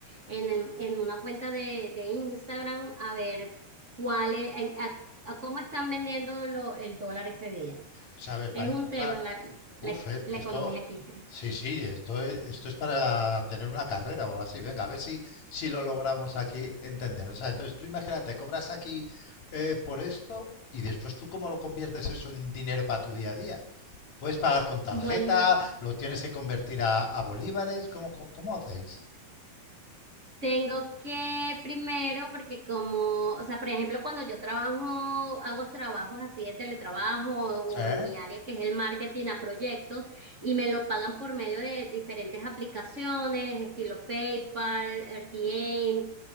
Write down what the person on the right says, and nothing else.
en, en una cuenta de, de Instagram a ver cuál es- a, a cómo están vendiendo lo- el dólar ese día.
Es
un tema
la, la
la
economía aquí.
Bueno,
tengo que primero, porque como, o sea, por ejemplo, cuando yo trabajo, hago trabajos así de teletrabajo o
en mi área que es el marketing a proyectos y me lo pagan por medio de diferentes aplicaciones, estilo PayPal, RTA,